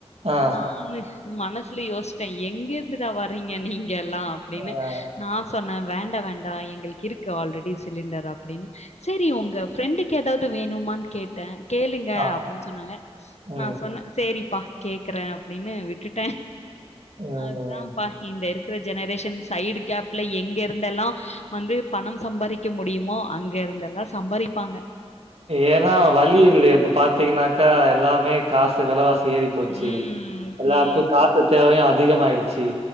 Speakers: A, on the right (about 70°); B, on the left (about 85°).
A: ஆ,
B: நானு மனசுல யோச்ட்டே எங்க இருந்துடா வரீங்க நீங்க எல்லா அப்டினு.
A: ஆ,
B: நா சொன்னே வேண்டா வேண்டா எங்குளுக்கு இருக்கு ஆல்ரெடி சிலிண்டர் அப்டின்னு சேரி உங்க ஃப்ரெண்டுக்கு எதாவது வேணுமான் கேட் ட்ட கேளுங்க
A: ஆ.
B: அப்டின் சொன்னாங்க
A: ம்,
B: நா சொன்னே சேரிப் பா கேக்குறே அப்டின்னு விட்டுட்டே
A: ம்.
B: அதுதாம்பா இந்த இரு க்கற ஜெனரேஷன் சைடு கேப்ல எங்க இருந்தெல்லா வந்து பணம் சம்பாரிக்க முடியுமோ அங்க இருந்தெல்லா ஸ் சம்பாரிப்பாங்க.
A: ஏனா வழி இல்லையே இப்ப பாத்தீங்கனாக்கா எல்லாமே காசு வெலவாஸ் ஏறி போச்சி
B: ம்,
A: எல்லார்க்கு
B: ம்.
A: காசு தேவையு அதிகமாயிடுச்சி